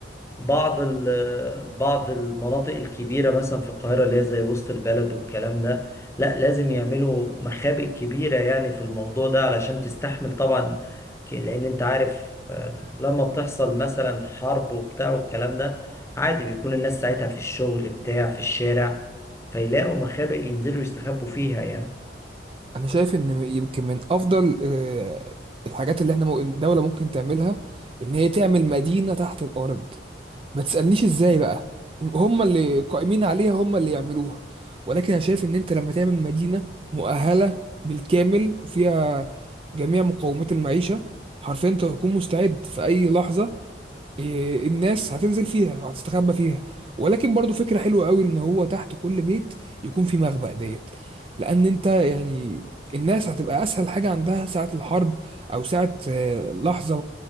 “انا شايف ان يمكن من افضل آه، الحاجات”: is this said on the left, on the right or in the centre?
Right